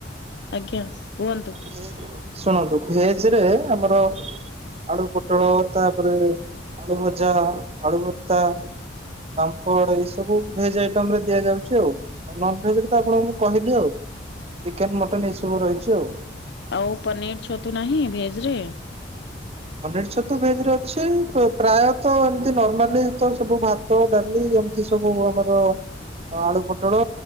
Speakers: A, on the left; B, on the right.
A: ଆଜ୍ଞା କୁହନ୍ତୁ
B: ଭେଜ ଶୁଣନ୍ତୁ ଭେଜ ରେ ଆମର ଆଳୁ ପୋଟଳ ତାପରେ ଆଳୁଭଜା, ଆଳୁଭର୍ତ୍ତ। ପାମ୍ପଡ, ଏଇ ସବୁ ଭେଜ ଆଇଟମ ରେ ଦିଆଯାଉଛି, ଆଉ ନନଭେଜରେ ତ ଆପଣଙ୍କୁ ମୁଁ କହିଲି ଆଉ ଚିକେନ, ମଟନ, ଏଇସବୁ ରହିଛି ଆଉ
A: ଆଉ ପନିର ଛତୁ ନାହିଁ ଭେଜରେ
B: ପନିର ଛତୁ ଭେଜରେ ଅଛି ପ୍ରାୟତ ଏମତି ନର୍ମାଲି ତ ସବୁ ଭାତ, ଡାଲି ଏମିତି ଏ ସବୁ ଆମର ଆଳୁ ପୋଟଳ